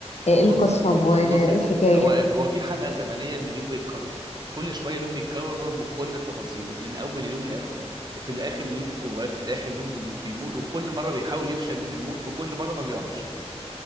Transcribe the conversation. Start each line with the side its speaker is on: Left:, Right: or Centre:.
Left: إيه القصه
Right: بص
Left: والحكايه
Right: بص يا ستي هو هو في حلقه زمنيه ان اليوم بيتكرر كل شويه اليوم بيتكرر بكل تفاصيله من اول اليوم لاخره وفي الاخر اليوم وفي الاخر اليوم بي- بيموت وكل مره بيحاول يفشل من الموت في كل مره ما بيعرفش